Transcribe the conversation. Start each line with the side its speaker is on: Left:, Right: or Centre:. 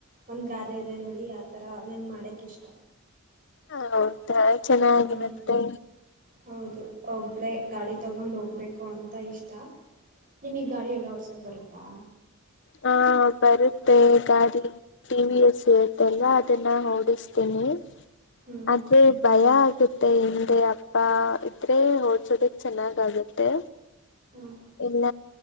Right: ಒಂದು ಗಾದೆ ಇದೆ ನೋಡಿ ಆ ಥರ ನಂಗೆ ಮಾಡೋಕ್ ಇಷ್ಟ.
Left: ಹಾ ಹೌ ಒಂಥರ ಚೆನ್ನಾಗಿರುತ್ತೆ.
Right: ಹ್ಮ್ ಹೌದು ಒಬ್ಳೇ ಗಾಡಿ ತಗೊಂಡ್ ಹೋಗ್ಬೇಕು ಅಂತ ಇಷ್ಟ ನಿಮಗ್ ಗಾಡಿ ಎಲ್ಲ ಓಡಿಸೋಕೆ ಬರುತ್ತಾ.
Left: ಹಾ ಬರುತ್ತೆ ಗಾಡಿ ಟಿ ವಿ ಎಸ್ ಇರುತ್ತಲ್ಲ ಅದನ್ನ ಓಡಿಸ್ತೇನಿ
Right: ಹ್ಮ್
Left: ಆದ್ರೆ ಭಯ ಆಗುತ್ ಮತ್ತೆ ಹಿಂದೆ ಅಪ್ಪ ಇದ್ರೆ ಹೋಡ್ಸೋದಕ್ ಚೆನ್ನಾಗ್ ಆಗತ್ತೆ
Right: ಹ್ಮ್
Left: ಇಲ್ಲ